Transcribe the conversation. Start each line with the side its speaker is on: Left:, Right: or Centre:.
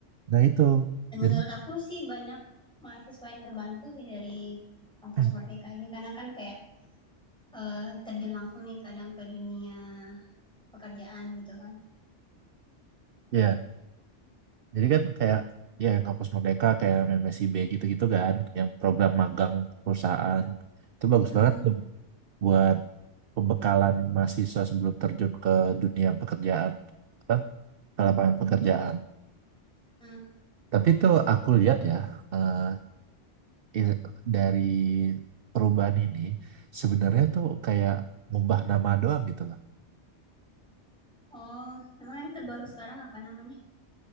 Right: Nah itu
Centre: Dan
Right: jadi
Centre: menurut aku sih banyak mahasiswa yang terbantu sih dari kampus
Right: <clears throat>
Centre: Merdeka ini karena kan kayak eh, terjun langsung nih kadang ke dunia pekerjaan gitu kan.
Right: ya jadi kan kayak ya yang kampus Merdeka kayak M M S I B gitu-gitu kan yang program magang perusahaan itu bagus
Centre: hmm
Right: banget tuh buat pembekalan mahasiswa sebelum terjun ke dunia pekerjaan apa ke lapangan pekerjaan
Centre: hmm
Right: tapi itu aku lihat ya eh, i- dari perubahan ini sebenarnya tuh kayak ngubah nama doang gitu loh
Centre: Oh, emang yang terbaru sekarang apa namanya?